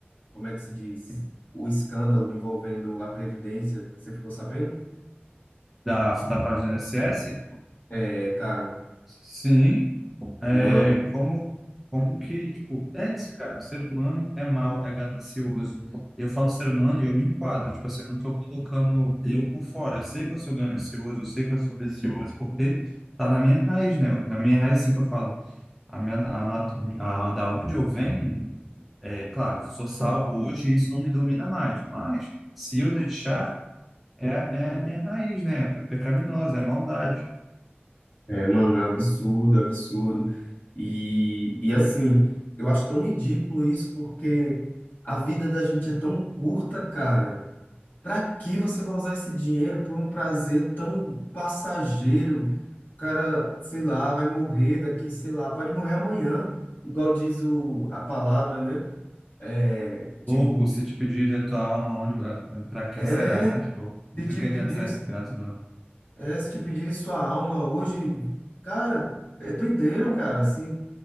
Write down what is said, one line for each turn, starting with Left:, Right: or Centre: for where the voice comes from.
Left: como é que se diz? O escândalo envolvendo a Previdência, você ficou sabendo?
Centre: Da, da fraude do INSS?
Left: É, cara,
Centre: Sim, É,
Left: mano,
Centre: como, como que, tipo, é isso, cara. O ser humano é mau, é ganancioso. Eu falo ser humano e eu me enquadro. Tipo assim, eu não tô colocando eu por fora. Eu sei que eu sou ganancioso, eu sei que eu sou vicioso, porque tá na minha raiz, né? Na minha raiz, assim que eu falo. A minha, a, natu- a, da onde eu venho, é claro, eu sou salvo hoje e isso não me domina mais. Mas, se eu deixar, é, é a minha raiz, né? É pecaminosa, é maldade.
Left: é, mano, é absurdo, absurdo. E, e assim, eu acho tão ridículo isso, porque a vida da gente é tão curta, cara. Pra que você vai usar esse dinheiro por um prazer tão passageiro? O cara, sei lá, vai morrer daqui, sei lá, pode morrer amanhã, igual diz o, a palavra, né? É, tipo,
Centre: Louco, se te pedir a tua alma, onde, para quem
Left: é,
Centre: será, né? Tipo, do
Left: se te
Centre: que
Left: pedirem
Centre: adianta ser grato, não?
Left: É, se te pedirem sua alma hoje, cara, é doideira, cara. Assim,